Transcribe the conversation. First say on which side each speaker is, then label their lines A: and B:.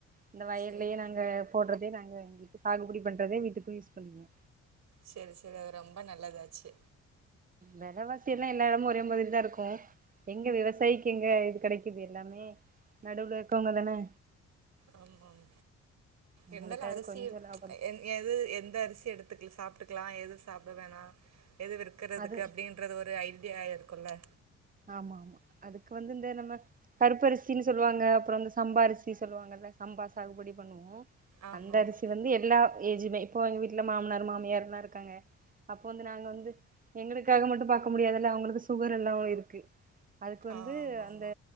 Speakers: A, on the right; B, on the right.
A: இந்த வயல்லயே
B: சேரி
A: நாங்க போடறதே நாங்க எங்களுக்கு சாகுபடி பண்றதே வீட்டுக்கு யூஸ் பண்ணிக்குவோ
B: சேரி சேரி அது ரொம்ப நல்லதாச்சு
A: வெலவாசி எல்லா எல்லா இடமு ஒரே மாதிரி தா இருக்கு எங்க விவசாயிக்கு எங்க இது கெடக்குது எல்லாமே நடுவுல இருக்கவங்கதான
B: ஆமாங்க
A: அவங்களுக்கு
B: இருந்தாலு
A: அதுல
B: அரிசி
A: கொஞ்ச லாபம்
B: எது எந்த அரிசி எடுத்துக்கல சாப்ப பாத்துகலா எது சாப்ட வேணா எது விற்கிறதுக்கு
A: அது
B: அப்டீன்றது ஒரு ஐ ஆயிருக்குல
A: ஆமா ஆமா அதுக்கு வந்து இந்த நம்ம கருப்பு அரிசின்னு சொல்லுவாங்க அப்றம் இந்த சம்பா அரிசி சொல்லுவாங்கல்ல சம்பா சாகுபடி பண்ணுவோம்
B: ஆமா
A: அந்த
B: ஆமா
A: அரிசி வந்து எல்லா ஏதுமே இப்போ எங்க வீட்டுல மாமனார் மாமியயாரெல்லாம் இருக்காங்க அப்போ வந்து நாங்க வந்து எங்களுக்காக மட்டும் பார்க்க முடியாதுல்ல அவங்களுக்கு சுகர் எல்லாம் இருக்கு பக்கி அதுக்கு வந்து
B: ஆ ஆமா
A: அந்த
B: ஆமா